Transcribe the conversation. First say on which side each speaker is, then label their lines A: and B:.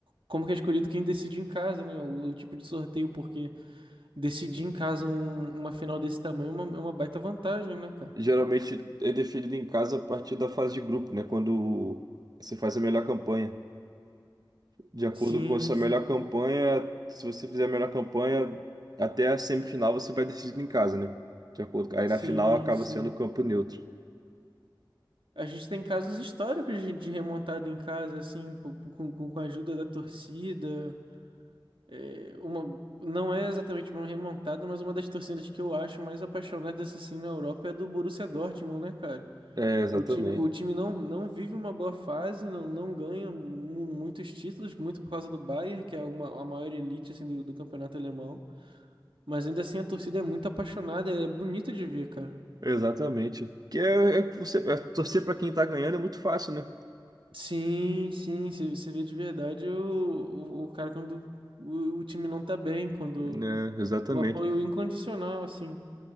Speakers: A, on the right; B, on the right.
A: como que é escolhido quem decide em casa, né? O, o tipo de sorteio, porque decidir em casa um- uma final desse tamanho é uma, é uma baita vantagem, né, cara?
B: Geralmente é definido em casa a partir da fase de grupo, né? Quando você faz a melhor campanha. De acordo
A: Sim,
B: com a sua
A: sim,
B: melhor campanha, se você fizer a melhor campanha até a semifinal, você vai decidir em casa, né? De acordo. com... Aí
A: sim,
B: na final acaba
A: sim.
B: sendo campo neutro.
A: A gente tem casos históricos de de remontada em casa, assim, po- po- com, com com a ajuda da torcida. é, uma, não é exatamente uma remontada, mas uma das torcidas que eu acho mais apaixonadas assim na Europa é a do Borussia Dortmund, né, cara?
B: É, exatamente.
A: O time, o time não, não vive uma boa fase, não, não ganha mu- muitos títulos, muito por causa do Bayern, que é uma, a maior elite assim, do, do campeonato alemão. Mas ainda assim a torcida é muito apaixonada, é bonito de ver, cara.
B: Exatamente. Que é, é que você é torcer para quem tá ganhando é muito fácil, né?
A: Sim, sim, você você vê de verdade o, o, o cara quando o, o time não tá bem, quando
B: Né, exatamente.
A: o apoio incondicional, assim.